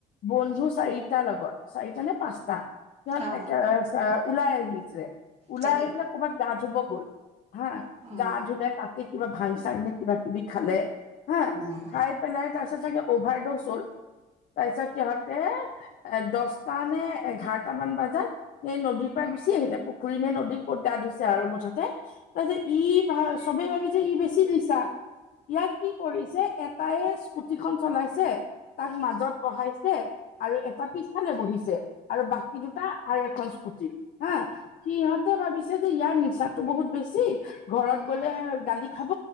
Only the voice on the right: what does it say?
অ
তাকে
অ
অ